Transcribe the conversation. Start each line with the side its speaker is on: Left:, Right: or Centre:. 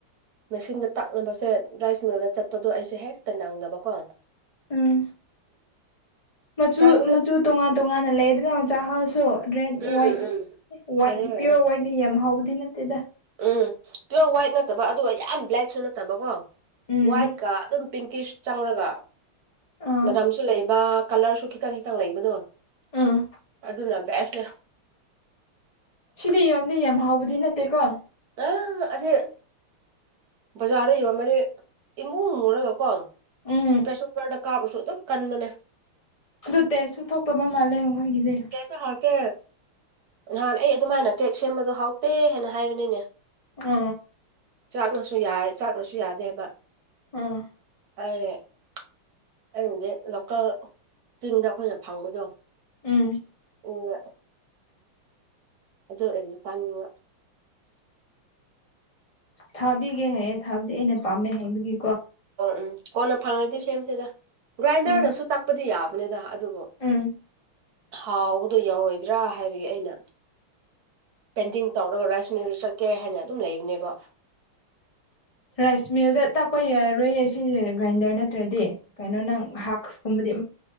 Right: ꯃꯦꯁꯤꯟꯗ ꯇꯥꯛꯅꯕꯁꯦ ꯔꯥꯏꯁ ꯃꯤꯜꯗ ꯆꯠꯄꯗꯣ ꯑꯩꯁꯨꯦ ꯍꯦꯛꯇ ꯅꯪꯗꯕꯀꯣ
Left: ꯎꯝ ꯃꯆꯨ
Right: ꯒ꯭ꯔꯥꯏꯟꯗꯔ
Left: ꯃꯆꯨ ꯇꯣꯉꯥꯟ ꯇꯣꯉꯥꯟꯅ ꯂꯩꯗꯅ ꯃꯆꯥꯥꯛ ꯍꯥꯎ ꯁꯣ ꯔꯦꯠ
Right: ꯎꯝ
Left: ꯋꯥꯏꯠ
Right: ꯎꯝ
Left: ꯋꯥꯏꯠ
Right: ꯌꯥꯔꯦ
Left: ꯄꯤꯌꯣꯔ ꯋꯥꯏꯠꯗꯤ ꯌꯥꯝ ꯍꯥꯎꯕꯗꯤ ꯅꯠꯇꯦꯗ
Right: ꯎꯝ ꯄꯤꯌꯣꯔ ꯋꯥꯏꯠ ꯅꯠꯇꯕ ꯑꯗꯨꯒ ꯌꯥꯝ ꯕ꯭ꯂꯦꯛꯁꯨ ꯅꯠꯇꯕꯀꯣ
Left: ꯎꯝ
Right: ꯋꯥꯏꯠꯀ ꯑꯗꯨꯝ ꯄꯤꯡꯀꯤꯁ ꯆꯪꯔꯒ
Left: ꯑꯥ
Right: ꯃꯅꯝꯁꯨ ꯂꯩꯕ ꯀꯂꯔꯁꯨ ꯈꯤꯇꯪ ꯈꯤꯇꯪ ꯂꯩꯕꯗꯣ
Left: ꯎꯝ
Right: ꯑꯗꯨꯅ ꯕꯦꯁꯅꯤ
Left: ꯑꯗꯨꯗꯤ ꯌꯣꯝꯗꯤ ꯌꯥꯝ ꯍꯥꯎꯕꯗꯤ ꯅꯠꯇꯦꯀꯣ
Right: ꯅꯪ ꯑꯁꯤꯁ ꯕꯖꯥꯔꯗ ꯌꯣꯟꯕꯗꯤ ꯏꯃꯨꯡ ꯃꯨꯔꯒꯀꯣ
Left: ꯎꯝ
Right: ꯄ꯭ꯔꯦꯁꯔ ꯀꯨꯀꯔꯗ ꯀꯥꯕꯁꯨ ꯑꯗꯨꯝ ꯀꯟꯕꯅꯦ
Left: ꯑꯗꯨ ꯇꯦꯁꯨ ꯊꯣꯛꯇꯕ ꯃꯥꯜꯂꯦꯈꯣꯏꯒꯤꯁꯦ
Right: ꯀꯦꯁꯦ ꯍꯥꯎꯇꯦ ꯅꯍꯥꯟ ꯑꯩ ꯑꯗꯨꯃꯥꯏꯅ ꯀꯦꯛ ꯁꯦꯝꯕꯗꯣ ꯍꯥꯎꯇꯦ ꯍꯥꯏꯅ ꯍꯥꯏꯕꯅꯤꯅꯦ
Left: ꯎ
Right: ꯆꯥꯛꯅꯁꯨ ꯌꯥꯏ ꯆꯥꯛꯅꯁꯨ ꯌꯥꯗꯦꯕ
Left: ꯑꯥ
Right: ꯑ <unintelligible> <inaudible> ꯑꯩꯅꯗꯤ ꯂꯣꯀꯦꯜ ꯆꯤꯡꯗ ꯑꯩꯈꯣꯏꯅ ꯐꯪꯕꯗꯣ
Left: ꯎꯝ
Right: ꯎ <unintelligible> <inaudible> ꯑꯗꯣ ꯑꯦꯟꯅ ꯇꯥꯅꯤꯡꯉ
Left: ꯊꯥꯕꯤꯒꯦ ꯍꯥꯏꯌꯦꯦ ꯊꯥꯕꯗꯤ ꯑꯩꯅ ꯄꯥꯝꯃꯦ ꯍꯥꯏꯕꯒꯤ
Right: ꯑꯣ ꯎꯝ ꯀꯣꯟꯅ ꯐꯪꯉꯗꯤ ꯁꯦꯝꯁꯤꯦꯗ ꯒ꯭ꯔꯥꯏꯟꯗꯔꯗꯁꯨ
Left: ꯍꯣꯏ
Right: ꯇꯛꯄꯗꯤ ꯌꯥꯕꯅꯤꯗ ꯑꯗꯨꯕꯨ
Left: ꯎꯝ
Right: ꯍꯥꯎꯕꯗꯣ ꯌꯥꯎꯔꯣꯏꯗ꯭ꯔꯥ ꯍꯥꯏꯕꯒꯤ ꯑꯩꯅ ꯄꯦꯟꯗꯤꯡ ꯇꯧꯔꯒ ꯔꯥꯏꯁ ꯃꯤꯜꯗ ꯆꯠꯀꯦ ꯍꯥꯏꯅ ꯑꯗꯨꯝ ꯂꯩꯕꯅꯦꯕ
Left: ꯔꯥꯏꯁ ꯃꯤꯜꯗ ꯇꯥꯛꯄ ꯌꯥꯔꯣꯏꯌꯦ ꯁꯤꯁꯦ ꯒ꯭ꯔꯥꯏꯟꯗꯔ ꯅꯠꯇ꯭ꯔꯗꯤ ꯀꯩꯅꯣ ꯅꯪ ꯍꯛꯁꯀꯨꯝꯕꯗꯤ